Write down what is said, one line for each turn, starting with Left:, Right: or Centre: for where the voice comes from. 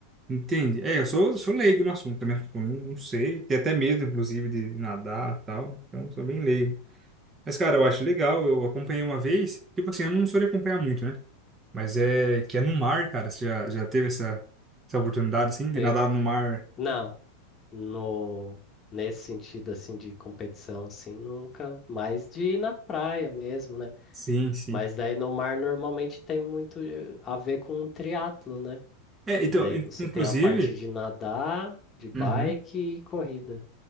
Right: Entendi. É, eu sou, sou leigo no assunto, né? Tipo, não, não sei. Tenho até medo, inclusive, de nadar e tal. Então, sou bem leigo. Mas, cara, eu acho legal. Eu acompanhei uma vez. Tipo assim, eu não sou de acompanhar muito, né? Mas é que é no mar, cara. Você já, já teve essa, essa oportunidade, assim, de
Left: Sim.
Right: nadar no mar?
Left: Não, no nesse sentido assim de competição assim, nunca mais de ir na praia mesmo, né?
Right: Sim, sim.
Left: Mas daí no mar normalmente tem muito eh, a ver com o triatlo, né?
Right: É,
Left: Que
Right: então,
Left: daí
Right: in-
Left: você
Right: inclusive.
Left: tem a parte de nadar, de bike
Right: Uhum.
Left: e corrida.